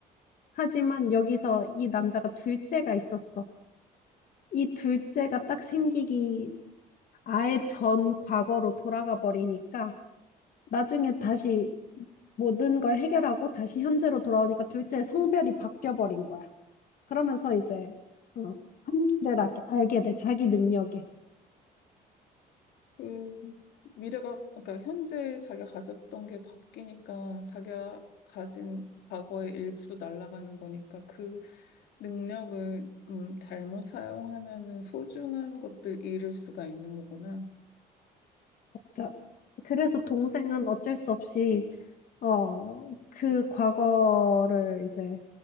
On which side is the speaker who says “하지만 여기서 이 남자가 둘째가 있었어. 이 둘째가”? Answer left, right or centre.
Left